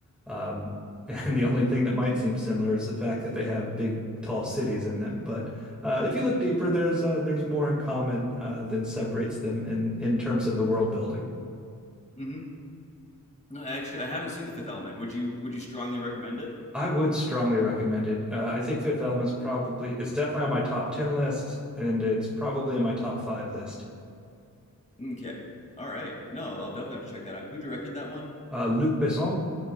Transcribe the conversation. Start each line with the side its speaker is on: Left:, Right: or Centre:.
Centre: um, <laughs> and the only thing that might seem similar is the fact that they have big, tall cities in them. But uh, if you look deeper, there's uh, there's more in common uh, than separates them in in terms of the world building.
Left: Mhm. No, actually, I haven't seen The Fifth Element. Would you Would you strongly recommend it?
Centre: I would strongly recommend it. Uh, I think Fifth Element's probably it's definitely on my top ten list, and it's probably in my top five list.
Left: Okay. All right. No, I'll definitely have to check that out. Who directed that one?
Centre: Uh, Luc Besson,